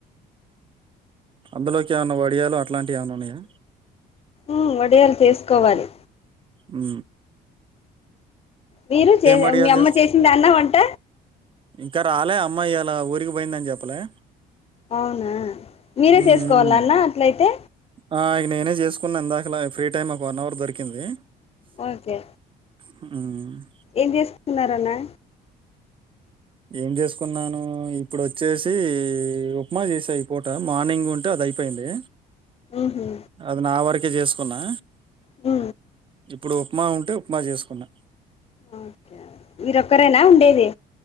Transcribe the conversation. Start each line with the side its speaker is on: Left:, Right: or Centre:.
Right: అందులోకి ఏమన్నా వడియాలు అట్లాంటివి ఏమన్నా ఉన్నాయా
Left: ఉ వడియాలు తీసుకోవాలి
Right: ఉ
Left: మీరు చే
Right: వడియాలు
Left: మీ అమ్మ
Right: చేస్తా
Left: చేసింది అన్న వంట
Right: ఇంకా రాలే అమ్మా ఇయాల ఊరికి పోయిందని చెప్పలే
Left: అవునా మీరే
Right: ఉమ్
Left: చేసుకోవాల
Right: ఉమ్.
Left: అన్న అట్లయితే
Right: ఆ ఇక నేనే చేసుకున్నా ఇ దాకలా ఫ్రీ టైమ్ ఒక వన్ అవర్ దొరికింది
Left: ఓకే
Right: ఆ
Left: ఏం చేసుకున్నారు అన్నా
Right: ఏం చేసుకున్నాను ఇప్పుడు వచ్చేసి ఉప్మా చేశా ఈ పూట మార్నింగ్ ఉంటే అద అయిపోయింది
Left: ఉహు
Right: అది నా వరకే చేసుకున్నా
Left: ఉ
Right: ఇప్పుడు ఉప్మా ఉంటే ఉప్మా చేసుకున్నా
Left: ఓకే మీరొక్కరేనా ఉండేది